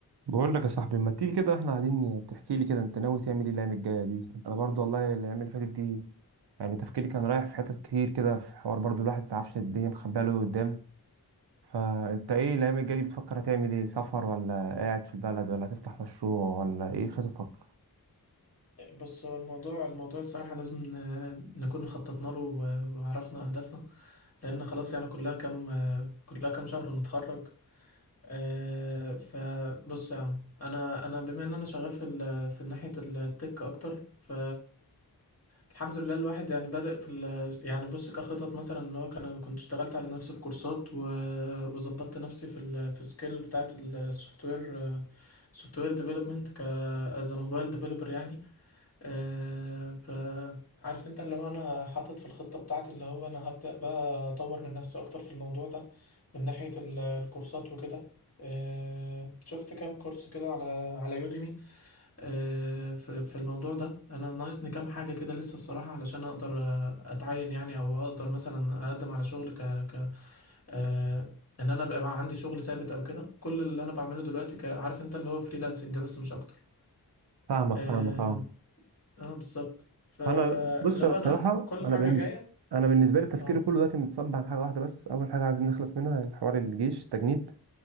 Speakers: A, on the right; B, on the left.
A: بقول لك يا صاحبي ما تيجي كده احنا قاعدين تحكي لي كده انت ناوي تعمل ايه الايام الجايه دي انا برضو والله الايام اللي فاتت دي يعني تفكيري كان رايح في حتت كتير كده في حوار برضو الواحد ما يعرفش الدنيا مخبيه له قدام فانت ايه الايام الجايه دي بتفكر هتعمل ايه سفر ولا قاعد في البلد ولا هتفتح مشروع ولا ايه خططك
B: بص هو الموضوع الموضوع الصراحة لازم ن- نكون خططنا له و- وعرفنا أهدافنا لأن خلاص يعني كلها كام كلها كام شهر ونتخرج آه، فبص يا عم أنا أنا بما إن أنا شغال في ال- في ناحية التك أكتر ف الحمد لله الواحد يعني بادئ في ال... يعني بص كخطط مثلا ان هو كان انا كنت اشتغلت على نفسي في كورسات و... وظبطت نفسي في ال... في سكيل بتاعت السوفت وير سوفت وير ديفلوبمنت ك از موبايل ديفلوبر يعني أه ف عارف انت اللي هو انا حاطط في الخطة بتاعتي اللي هو انا هبدأ بقى اطور من نفسي اكتر في الموضوع ده من ناحية ال- الكورسات وكده أه شفت كام كورس كده على على يوديمي أه في في الموضوع ده انا ناقصني كام حاجة كده لسه الصراحة علشان اقدر آه، اتعين يعني او اقدر مثلا اقدم على شغل ك ك أه ان انا بقى عندي شغل ثابت او كده كل اللي انا بعمله دلوقتي ك- عارف انت اللي هو فريلانسنج بس مش اكتر
A: فاهمك
B: آه،
A: فاهمك اه
B: اه بالظبط فاللي
A: فانا بص انا
B: هو
A: الصراحه
B: انا كل
A: انا
B: حاجة
A: بالن...
B: جاية
A: انا بالنسبه لي تفكيري
B: اه
A: كله دلوقتي متصب على حاجه واحده بس اول حاجه عايزين نخلص منها الحوار الجيش التجنيد